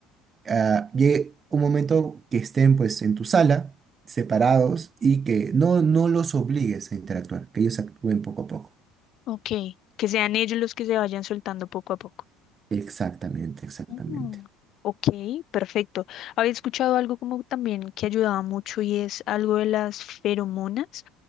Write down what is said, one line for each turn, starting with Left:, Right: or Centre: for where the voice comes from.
Right: ah, llegue un momento que estén pues en tu sala, separados, y que no, no los obligues a interactuar, que ellos actúen poco a poco.
Left: Ok, que sean ellos los que se vayan soltando poco a poco.
Right: Exactamente, exactamente.
Left: Mm, Ok, perfecto. Había escuchado algo como también que ayudaba mucho y es algo de las feromonas.